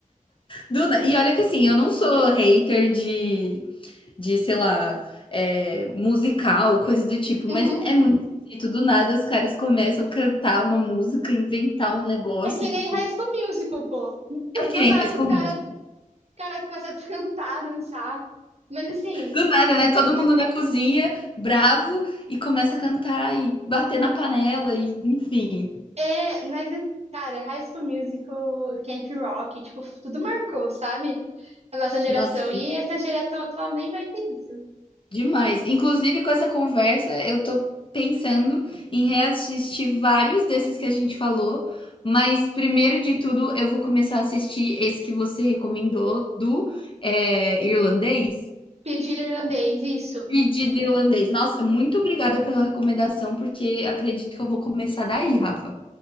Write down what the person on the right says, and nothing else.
Uhum.
É que
nem High School Musical, pô. <laughs>
Do
nada
os caras
cara começam a cantar, dançar. Mas assim,
tipo,
é, mas, cara, High School Musical, Camp Rock, tipo, tudo marcou, sabe? A nossa geração.
E essa geração atual nem vai ter isso.
Pedido irlandês, isso.